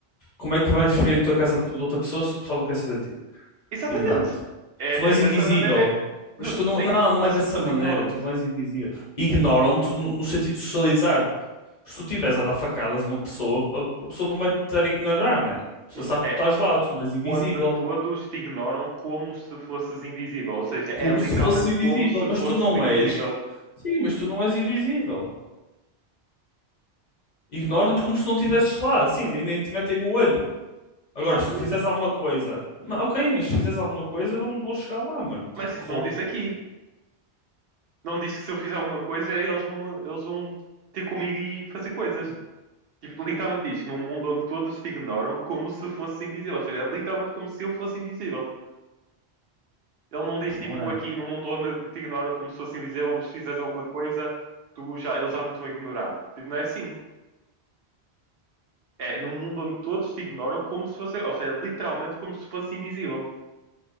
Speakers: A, on the left; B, on the right.
A: Como é que vais viver em tua casa de outra pessoa se o pessoal não quer saber de ti?
B: Exatamente.
A: Ignora-te.
B: É,
A: Tu não és
B: é dessa
A: invisível.
B: maneira.
A: Mas
B: Nuno,
A: tu não.
B: sim,
A: Não, não
B: mas
A: é dessa
B: as pessoas
A: maneira.
B: ignoram-te.
A: Tu não és invisível. Ignoram-te no, no sentido de socializar. Se tu estiveres a dar facadas a uma pessoa, a, a pessoa não vai te estar a ignorar, né? A pessoa
B: Nuno,
A: sabe
B: é
A: que tu estás lá, tu não és invisível.
B: onde todos te ignoram como se fosses invisível. Ou seja,
A: Como
B: é literalmente
A: se fosse invisível,
B: como se
A: mas
B: fosses
A: tu não
B: invisível.
A: és. Sim, mas tu não és invisível. Ignoram-te como se não estivesses lá, assim, nem, nem te metem o olho. Agora,
B: Exatamente.
A: se tu fizeres alguma coisa, ma- ok, mas se fizeres alguma coisa, vão, vão chegar lá, mano. Tipo,
B: Mas isso
A: que rouba
B: não diz aqui.
A: coisas.
B: Não diz que se eu fizer alguma coisa, eles vão, eles vão ter comigo e fazer coisas. Tipo, Literalmente diz, num mundo onde todos te ignoram como se fosse invisível. Ou seja, é literalmente como se eu fosse invisível. Ele não diz,
A: Mano,
B: tipo,
A: não é.
B: aqui num mundo onde te ignoram como se fosse invisível, mas se fizeres alguma coisa, tu já, eles já não te vão ignorar. Tipo, não é assim. É num mundo onde todos te ignoram como se fosse... Ou seja, é literalmente como se fosse invisível.